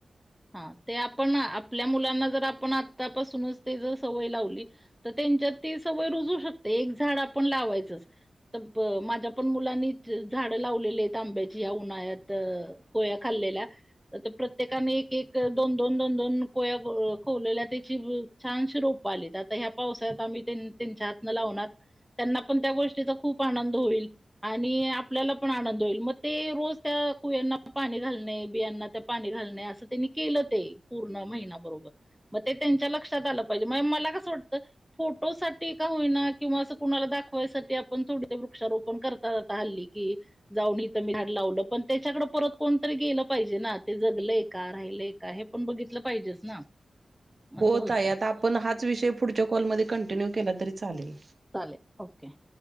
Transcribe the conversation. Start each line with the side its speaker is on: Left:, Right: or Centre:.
Centre: हा ते आपण आपल्या मुलांना जर आपण आतापासूनच ते जर सवय लावली तर त्यांच्यात ती सवय रुजू शकते एक झाड आपण लावायचंच. तर माझ्या पण मुलांनी झाडं लावलेली आहेत आंब्याची या उन्हाळ्यात पोळ्या खाल्लेल्या तर प्रत्येकांनी एक दोन दोन दोन कोया खवलेल्या त्याची छानशी रोप आलीत आत ह्या पावसाळ्यात आम्ही त्यांच्या हातनं लावणार त्यांना पण त्या गोष्टीचा खूप आनंद होईल. आणि आपल्याला पण आनंद होईल, मग ते रोज त्या कुयांना पाणी घालणे बियांना त्या पाणी घालणे असं त्यांनी केलं ते, पूर्ण महिना बरोबर. मग ते त्यांच्या लक्षात आलं पाहिजे मग मला कसं वाटतं फोटो साठी का होईना किंवा असं कुणाला दाखवायसाठी आपण थोडी ते वृक्षारोपण करत त ता हल्ली की जाऊन इथं मी झाड लावलं पण त्याच्याकडे परत कोणतरी गेलं पाहिजे ना ते जगलय का राहिलंय काय हे पण बघितलं पाहिजेच ना. असं
Right: हो
Centre: होतं
Right: ताई आता आपण हाच विषय पुढच्या कॉलमध्ये कंटिन्यू केला तरी चालेल.
Centre: चालेल, ओके.